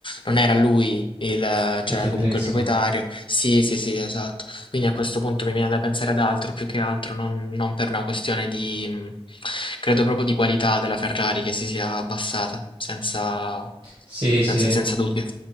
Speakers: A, on the left (about 55°); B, on the right (about 55°).
A: non era lui il, cioè
B: Il team
A: comunque
B: principal.
A: il proprietario. Sì, sì, sì, esatto. Quindi a questo punto mi viene da pensare ad altro, più che altro, non, non per una questione di, mh, credo proprio di qualità della Ferrari che si sia abbassata, senza,
B: Sì,
A: senza,
B: sì.
A: senza dubbio.